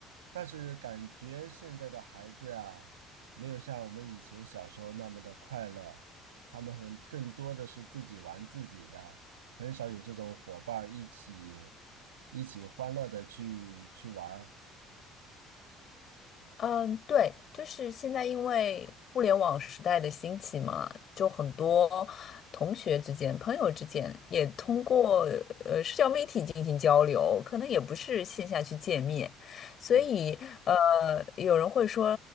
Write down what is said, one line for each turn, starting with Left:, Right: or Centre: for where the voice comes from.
Right: 但是感觉现在的孩子啊，没有像我们以前小时候那么的快乐，他们很更多的是自己玩自己的，很少有这种伙伴儿一起一起欢乐的去去玩儿
Left: 嗯，对，就是现在因为互联网时代的兴起嘛，就很多同学之间、朋友之间也通过呃社交媒体进行交流，可能也不是线下去见面，所以呃，
Right: 嗯，
Left: 有人会说，